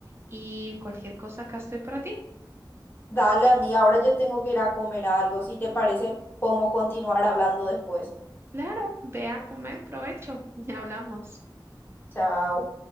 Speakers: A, on the right; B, on the left.
A: y cualquier cosa acá estoy para ti.
B: Dale, amiga, ahora yo tengo que ir a comer algo. Si te parece, podemos continuar hablando después.
A: Claro, ve a comer, provecho, <laughs> ya hablamos.
B: Chao.